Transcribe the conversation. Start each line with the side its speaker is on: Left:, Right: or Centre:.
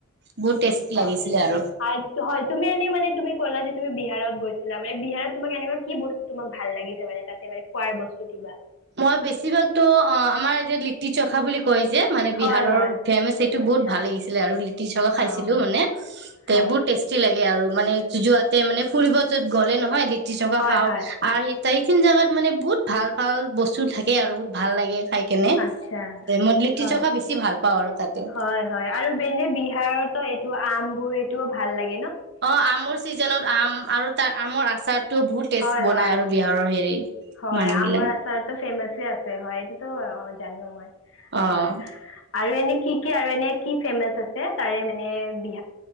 Right: বহুত টেষ্টি লাগিছিলে
Left: অ'
Right: আৰু।
Left: হয় তুমি এনে মানে তুমি ক'লা যে, তুমি বিহাৰ বিত গৈছিলা মানে, বিহাৰত তোমাক এনেকুৱা কি বস্তু তোমাক ভাল লাগিছে। মানে, তাতে মানে খোৱাৰ বস্তু কিবা
Right: মই বেছিভাগতো, অ' আমাৰ এতিয়া লিট্টি চোখা বুলি ক কয় যে, মানে
Left: হয়
Right: বিহাৰৰ
Left: হয়
Right: ফেমাচ সেইটো
Left: আচ্ছা
Right: বহুত ভাল লাগিছিলে আৰু লিটি চগা খাইছিলো,
Left: অঁ
Right: মানে
Left: হয়
Right: বহুত টেষ্টি লাগে আৰু মানে যোৱাতে মানে ফুৰিব য'ত গ'লে নহয় <unintelligible>
Left: হয়
Right: খাওঁ
Left: হয়
Right: আৰু <unintelligible> এইখিন জোগাত মানে বহুত ভাল, ভাল বস্তু থাকে আৰু বহুত ভাল লাগে। খাই কেনে,
Left: আচ্ছা
Right: মই লিটি
Left: হয়
Right: থকা বেছি ভাল পাওঁ আৰু। তাতে
Left: হয়, হয় আৰু এনে বিহাৰতো এইটো আমবোৰ টো ভাল লাগ
Right: অ', আমৰ ছিজনত আম আৰু তাৰ আমৰ আচাৰ টো বহুত টেষ্ট
Left: হয়
Right: বনাই
Left: হয়
Right: আৰু বিহাৰৰ হেৰি
Left: হয়,
Right: মানুহ
Left: আমৰ
Right: গিলা
Left: আচাৰতো ফেমাচে আছে হয়, এইটোতো জানো মই।
Right: অ'।
Left: হয় আৰু এনে কি, কি আৰু এনে কি ফেমাচ আছে? তাৰে মানে ভি